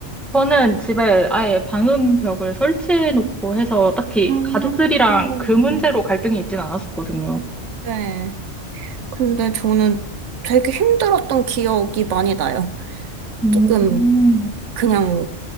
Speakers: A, in the centre; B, on the right.
A: 저는 집에 아예 방음벽을 설치해 놓고 해서 딱히
B: 음,
A: 가족들이랑 그 문제로 갈등이 있진 않았었거든요.
B: 네. 근데 저는 되게 힘들었던 기억이 많이 나요.
A: 음,
B: 조금 그냥